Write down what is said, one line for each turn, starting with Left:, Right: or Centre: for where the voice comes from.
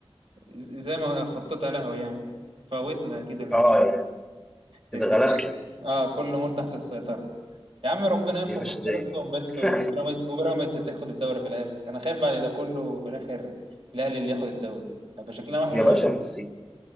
Right: ز- زي ما خطتها لهوي يعني فوتنا أكيد الماتش
Centre: اه يعني
Right: الدنيا
Centre: اذا غلبت يعني
Right: اه كل الأمور تحت السيطرة يا عم ربنا ينفع
Centre: يا باشا
Right: خسارتكم
Centre: زي
Right: بس وبيراميدز
Centre: <laughs>
Right: وبيراميدز تاخد الدوري في الاخر انا خايف بعد ده كله في الاخر الاهلي اللي ياخد الدوري هيبقى شكلنا وحش
Centre: يا باشا
Right: قوي
Centre: نصيب